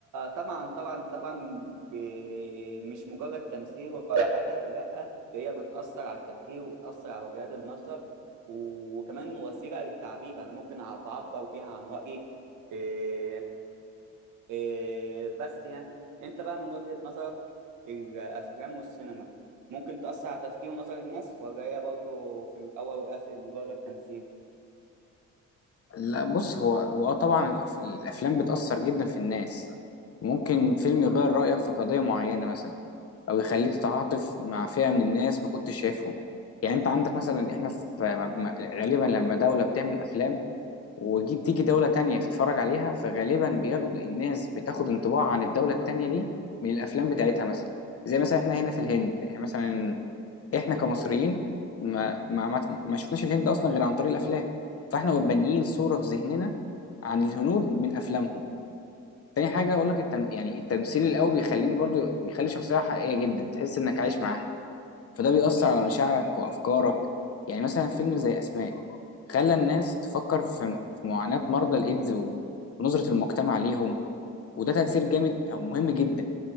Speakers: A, on the right (about 85°); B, on the left (about 50°).
A: طبعا طبعا طبعا ب- مش مجرد تمثيل ولا حاجة لا هي بتأثر على التفكير وبتأثر على وجهات النظر وكمان وسيلة للتعبير أنا ممكن أع- بعبر بيها عن رأيي إيه إيه بس يعني أنت بقى من وجهة نظرك الأفلام والسينما ممكن تأثر على تفكير ونظر الناس ولا هي برضه في الأول والآخر مجرد تمثيل
B: لا بص هو هو اه طبعا الأف- الافلام بتاثر جدا في الناس ممكن فيلم يغير رايك في قضيه معينه مثلا او يخليك تتعاطف مع فئه من الناس ما كنتش شايفهم يعني انت عندك مثلا احنا في م- م- غالبا لما دوله بتعمل افلام وتيجي تيجي دوله تانية تتفرج عليها فغالبا بياخد الناس بتاخد انطباع عن الدوله التانية دي من الافلام بتاعتها مثلا زي مثلا احنا هنا في الهند يعني مثلا احنا كمصريين ما ما ما ما شفناش الهند اصلا غير عن طريق الافلام فاحنا بنيين صوره في ذهننا عن الهنود من افلامهم تاني حاجه اقول لك التم... يعني التمثيل القوي بيخليني برضو بيخلي شخصيه حقيقيه جدا تحس انك عايش معاها فده بيأثر على مشاعرك وأفكارك يعني مثلا فيلم زي أسماء خلى الناس تفكر في في معاناة مرضى الإيدز و- ونظرة المجتمع ليهم وده تأثير جامد أو مهم جدا